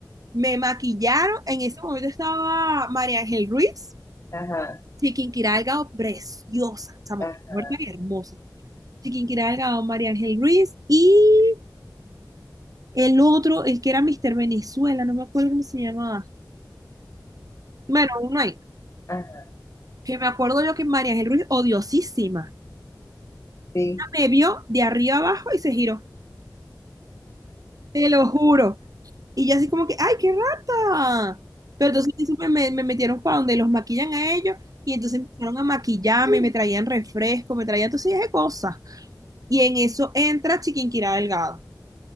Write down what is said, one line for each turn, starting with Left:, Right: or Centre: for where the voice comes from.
Right: Me maquillaron. En ese momento estaba María Ángel Ruiz.
Left: Ajá,
Right: Chiquinquirá Delgado, preciosa, chamo,
Left: ajá,
Right: qué mujer tan hermosa. Chiquinquirá Delgado, María Ángel Ruiz y el otro, el que era Mr. Venezuela, no me acuerdo cómo se llamaba. Bueno, uno ahí,
Left: ajá,
Right: que me acuerdo yo que María Ángel Ruiz, odiosísima,
Left: sí,
Right: me vio de arriba abajo y se giró, te lo juro. Y yo así como que, ¡ay, qué rata! Pero entonces eso me, me- me metieron para donde los maquillan a ellos y entonces empezaron a maquillarme, me traían refresco, me traían todo ese de cosas. Y en eso entra Chiquinquirá Delgado.